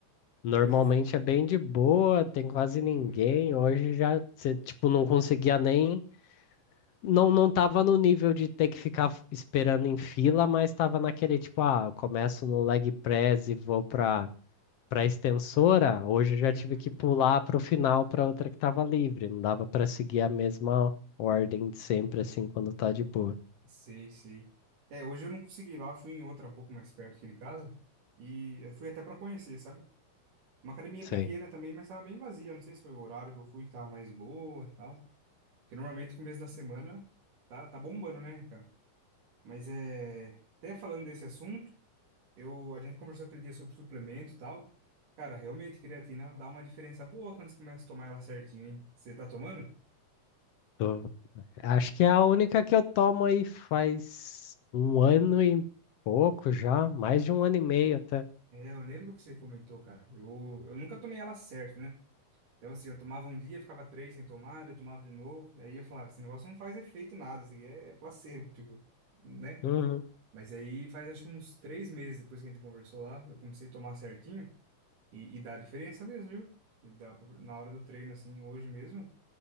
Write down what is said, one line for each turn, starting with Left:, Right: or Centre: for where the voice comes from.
Left: normalmente
Right: Hoje eu...
Left: é bem de boa, tem quase
Right: Uhum,
Left: ninguém. Hoje já, você, tipo, não conseguia nem Não, não tava no nível de ter que ficar f- esperando em fila, mas tava naquele tipo, ah, eu começo no leg press e vou pra, pra extensora. Hoje eu
Right: uhum.
Left: já tive que pular pro final pra outra que tava livre. Não dava pra seguir a mesma ordem de sempre, assim, quando tá de boa.
Right: Sei, sei. É, hoje eu não consegui ir lá, fui em outra um pouco mais perto aqui de casa. E eu fui até pra conhecer, sabe? Uma academia
Left: Sei.
Right: pequena também, mas tava bem vazia. Não sei se foi o horário que eu fui que tava mais boa, e tal. Porque normalmente no começo da semana tá, tá bombando, né, cara? Mas é. Até falando desse assunto, eu, a gente conversou aquele dia sobre suplemento e tal. Cara, realmente, creatina dá uma diferença boa quando você começa a tomar ela certinho, hein? Você tá tomando?
Left: Tô- Acho que é a única que eu tomo aí faz um ano e pouco já, mais de um ano e meio até.
Right: É, eu lembro que você comentou, cara. Eu, eu nunca tomei ela certo, né? Então, assim, eu tomava um dia, ficava três sem tomar, daí eu tomava de novo. E aí eu falava, esse negócio não faz efeito nada, isso aqui é, é placebo, tipo, né?
Left: Uhum.
Right: Mas aí faz acho que uns três meses depois que a gente conversou lá, eu comecei a tomar certinho. E, e dá diferença mesmo, viu? E dá pra- na hora do treino, assim, hoje mesmo,